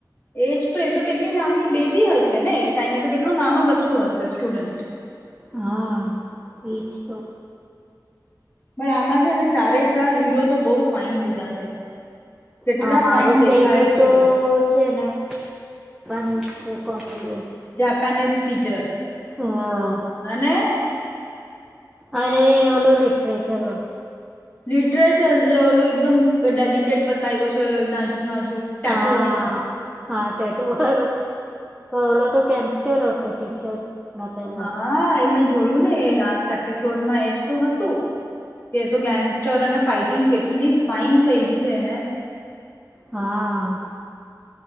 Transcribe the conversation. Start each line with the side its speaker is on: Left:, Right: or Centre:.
Left: એજ તો એ તો કેટલી નાની બેબી હશે ને એ ટાઈમે તો કેટલો નાનો બચ્ચો હશે સ્ટુડન્ટ.
Centre: હા એજ તો.
Left: પણ આમાં છે ને ચારે ચાર હીરો તો બહુ ફાઈન લીધા છે. કેટલા
Centre: હા મારું
Left: ફાઇન દેખાય
Centre: ફેવરેટ
Left: છે.
Centre: તો છે ને. નીચ છે <unintelligible>
Left: જાપાનીઝ ટીચર,
Centre: હા
Left: અને
Centre: અરે એવલો લિટરેચર વા
Left: લિટરેચર જે ઓલું એકદમ ડેલિકેટ બતાવ્યો છે. નાજુક ટાટુ
Centre: હા,
Left: વાળો
Centre: હા ટેટૂ વાળો. હા ઓલો તો ગેંગસ્ટર હતો ટીચર. ના પેલા
Left: હા એમેજ જોયું ને એ લાસ્ટ એપિસોડમાં એજ તો હતું, કે તો ગેંગસ્ટરને ફાઈટિંગ કેટલી ફાઈન કરી છે એને.
Centre: હા